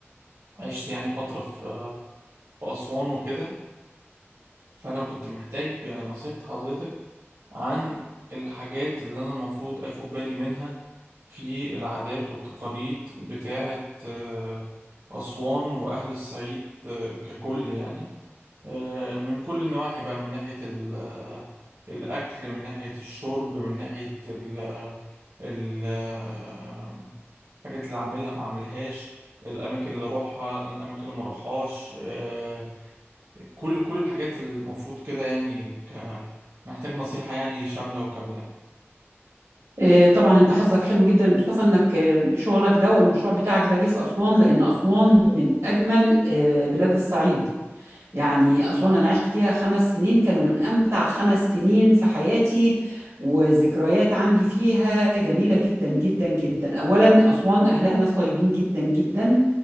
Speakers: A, on the right; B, on the right.
A: عشت يعني فتره في آه، في اسوان وكده فانا كنت محتاج نصيحه حضرتك عن الحاجات اللي أنا المفروض أخد بالي منها في العادات والتقاليد بتاعة آه، أسوان وأهل الصعيد آه، ككل يعني آه، من كل النواحي بقى من ناحية ال- آه، الأكل من ناحية الشرب من ناحية ال آه، ال- آه، الحاجات اللي أعملها ما أعملهاش الأماكن اللي أروحها الأماكن اللي مروحهاش آه، كل كل الحاجات المفروض كده يعني ك- محتاج نصيحة يعني شاملة وكاملة
B: آه، طبعا انت حظك حلو جدا يا مصطفى انك آه، شغلك ده والمشروع بتاعك ده جه في اسوان لان اسوان من اجمل آه، بلاد الصعيد يعني اسوان انا عشت فيها خمس سنين كانوا من امتع خمس سنين في حياتي وذكريات عندي فيها جميله جدا جدا جدا اولا اسوان اهلها ناس طيبين جدا جدا